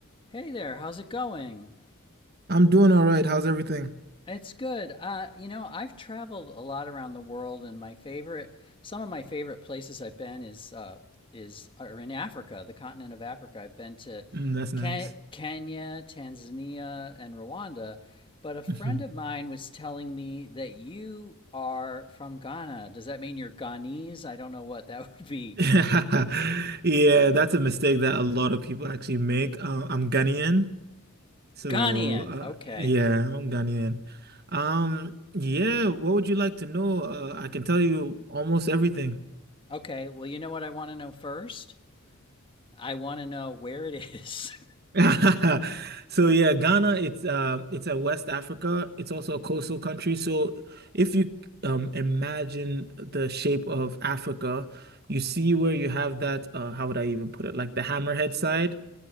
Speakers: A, on the left (about 25°); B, on the right (about 45°).
A: Hey there, how's it going?
B: I'm doing all right. How's everything?
A: It's good. Uh, you know, I've traveled a lot around the world, and my favorite, some of my favorite places I've been is uh, is are in Africa, the continent of Africa. I've been to
B: Mm, that's nice.
A: Ke- Kenya, Tanzania, and Rwanda. But a friend
B: Mhm.
A: of mine was telling me that you are from Ghana. Does that mean you're Ghanese? I don't know what that <laughs> would be.
B: <laughs> Yeah, that's a mistake that a lot of people actually make. Uh, I'm Ghanaian, so
A: Ghanaian.
B: uh,
A: Okay.
B: yeah, I'm Ghanaian. Um, yeah, what would you like to know? Uh, I can tell you almost everything.
A: Okay. Well, you know what I want to know first? I want to know where it is. <laughs>
B: <laughs> So yeah, Ghana, it's uh it's a West Africa. It's also a coastal country. So if you um imagine the shape of Africa, you see where you have that uh how would I even put it? Like the hammerhead side,